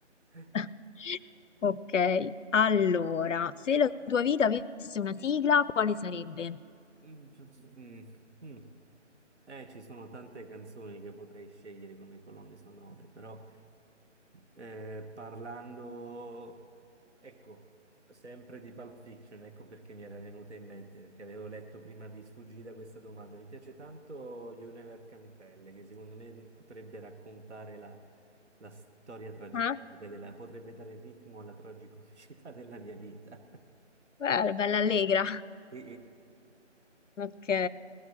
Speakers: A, on the right; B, on the left.
A: <laughs>
B: <laughs> Ok, allora, se la tua vita avesse una sigla, quale sarebbe?
A: Mm, mm, mm. Eh, ci sono tante canzoni che potrei scegliere come colonne sonore, però eh, parlando, ecco, sempre di Pulp Fiction, ecco perché mi era venuta in mente, perché avevo letto prima di sfuggita questa domanda. Mi piace tanto Univer Cantelle, che secondo me potrebbe raccontare la, la storia tragicomica
B: Ah,
A: della, potrebbe dare ritmo alla tragicomicità della mia vita.
B: bella, bella allegra.
A: <laughs> Sì.
B: Ok,